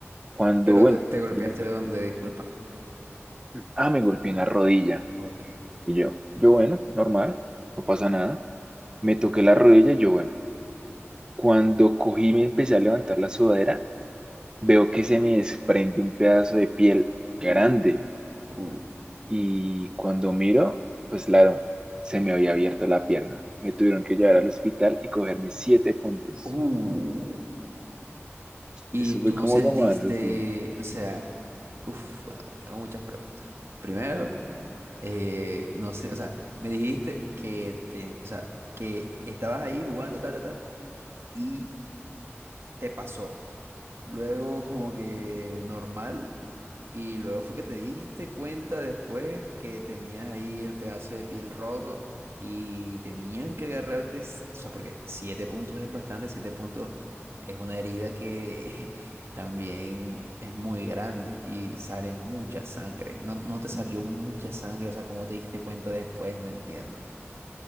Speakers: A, on the right (about 20°); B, on the right (about 60°).
A: Cuando,
B: Pero
A: bueno,
B: te, te golpeaste
A: yo me,
B: donde, disculpa.
A: ah, me golpeé en la rodilla.
B: Ok.
A: Y yo, yo bueno, normal, no pasa nada. Me toqué la rodilla, yo bueno. Cuando cogí y me empecé a levantar la sudadera, veo que se me desprende un pedazo de piel grande
B: Ujú. Uh,
A: y cuando miro, pues claro, se me había abierto la pierna. Me tuvieron que llevar al hospital y cogerme siete puntos.
B: Uh, y
A: Eso
B: tú
A: fue
B: no
A: como
B: sentiste,
A: lo más así.
B: o sea, uff, bueno, tengo muchas preguntas. Primero, eh, no sé, o sea, me dijiste que te, o sea, que estabas ahí jugando, tal, tal, tal, y te pasó luego como que normal, y luego fue que te diste cuenta después que tenías ahí el pedazo de piel roto y tenían que agarrarte, s- o sea, porque siete puntos es bastante, siete puntos es una herida que <laughs> también es muy grande y sale mucha sangre. No, no te salió mucha sangre, o sea, ¿cómo te diste cuenta después? No entiendo.